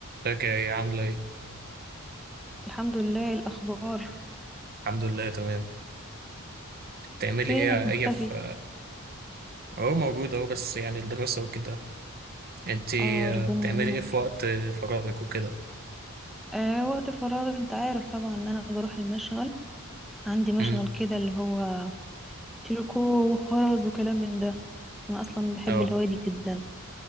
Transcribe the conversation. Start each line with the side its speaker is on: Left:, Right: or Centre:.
Right: ازيك يا ايه عاملة ايه؟
Centre: الحمد لله الأخبار
Right: الحمد لله تمام بتعملي
Centre: فينك
Right: ايه
Centre: مختفي
Right: ايه في اهو موجود اهو بس يعني الدراسة وكده انتي
Centre: آه
Right: آه،
Centre: ربنا
Right: بتعملي
Centre: يعينك
Right: ايه في وقت آه، فراغك وكده؟
Centre: آه وقت فراغ أنت عارف طبعا إن أنا بروح المشغل عندي مشغل
Right: امم
Centre: كده اللي هو تريكو وخرز وكلام من ده أنا أصلا بحب
Right: اه
Centre: الهواية دي جدا